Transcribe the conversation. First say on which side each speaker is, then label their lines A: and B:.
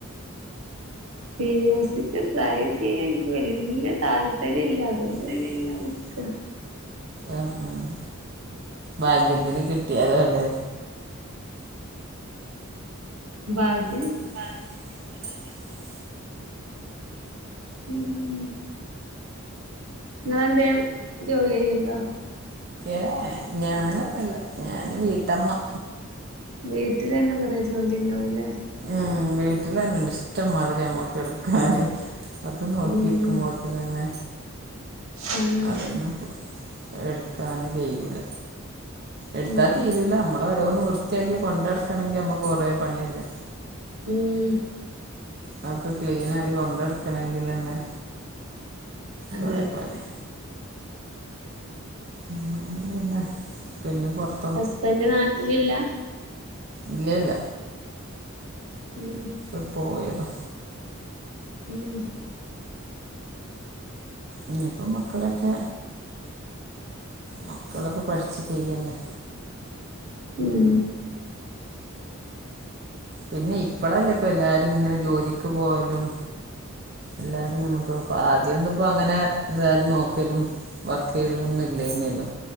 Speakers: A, on the right; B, on the right.
A: പി എസ് സിക്ക് ട്രൈ ചെയ്യാൻ ഇനിക്ക് വല്യ താല്പര്യല്ല അതുകൊണ്ട് പിന്നെ
B: <unintelligible>
A: ഇങ്ങനെ നിക്കാ
B: ആഹ് ആഹ് ഭാഗ്യത്തിന് കിട്ടിയാലോ ല്ലെ
A: ഭാഗ്യ
B: <unintelligible>
A: ഉം നിങ്ങങ്ങളെന്തേം ജോലി ചെയ്ണ്ടൊ?
B: ഏഹ് ഏഹ് ഞാനൊന്നും ഇല്ല ഞാന് വീട്ടമ്മ
A: വീട്ടിൽ തന്നെ കൊറെേ ജോലിണ്ടാവൂല്ലേ
B: ഉം വീട്ടിൽ തന്നെ ഇണ്ട് ഇഷ്ടം മാതിരി അമ്മക്ക് എടുക്കാന് അത് നോക്കിരിക്കുമ്പോ
A: ഉം
B: പിന്നെ
A: ആഹ്
B: അതന്നെ ഇപ്പൊ എടുക്കാന് കഴിയൂല എടുത്ത
A: ഉം
B: തീരൂല്ല നമ്മളെ ഓരോന്ന് വൃത്തിയാക്കി കൊണ്ടടക്കണമെങ്കിൽ നമ്മക്ക് കൊറേ പണിയല്ലേ
A: ഉം
B: അതൊക്കെ ക്ലീൻ ആയി കൊണ്ട് നടക്കണം എങ്കില് തന്നെ
A: അതെ
B: കൊറേ പണി ഉ പിന്നെ പിന്നെ പുറത്ത്
A: ഹസ്ബന്റ് നാട്ടിലില്ല
B: ഇല്ലല്ല
A: ഉം
B: ഇപ്പ പോയതാ
A: ഉം
B: ഇനി ഇപ്പോ മക്കളൊക്കെ മക്കളൊക്കെ പഠിച്ച് കയ്യണ്ടേ
A: ഉം
B: പിന്നെ ഇപ്പളല്ലേ ഇപ്പ എല്ലാരും ഇങ്ങനെ ജോലിക്ക് പോകലും എല്ലാരും ഇങ്ങനെ നോക്കപ്പ ആദ്യ ഒന്നും ഇപ്പ അങ്ങനെ എന്താരും നോക്കലും വർക്ക് ചെയ്യലും ഒന്നും ഇല്ലേന്നല്ലോ